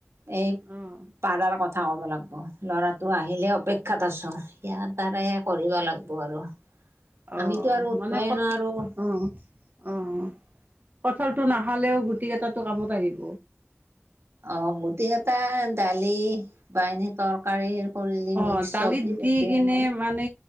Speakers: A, on the right (about 85°); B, on the right (about 45°).
A: এই,
B: অ'
A: পাৰাৰ কথাৰ ক'ব লাগ অ' ল'ৰাটো আহিলে, অপেক্ষাত আছোঁ। ইয়াৰ তাৰে, কৰিব লাগিব আৰু।
B: অ'!
A: আমিতো আৰু উঠবই
B: মানে ক'ত?
A: নোৱাৰো
B: অ'! অ'! কঁঠালটো নাখালেওঁ, গুটি কেইটাটো কামত আহিব।
A: অ'! গুটিকেইটা দালি, পানীৰ তৰকাৰী অনলি
B: অ'
A: মিক্স
B: দালিত
A: চব্জি, গোটেই
B: দি কিনে
A: এনে।
B: মানে,